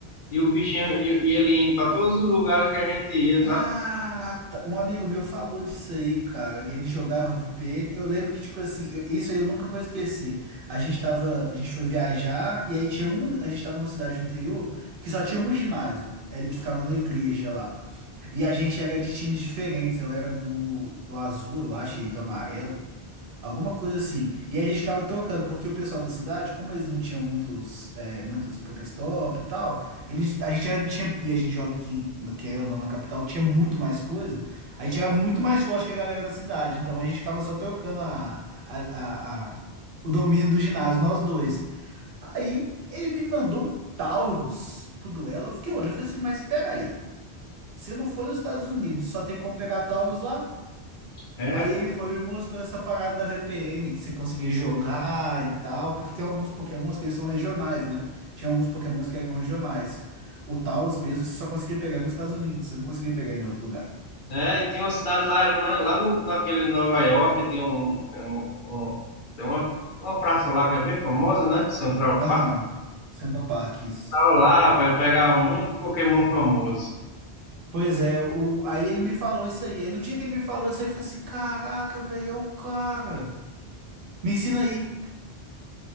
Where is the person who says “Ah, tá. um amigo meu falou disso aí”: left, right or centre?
Right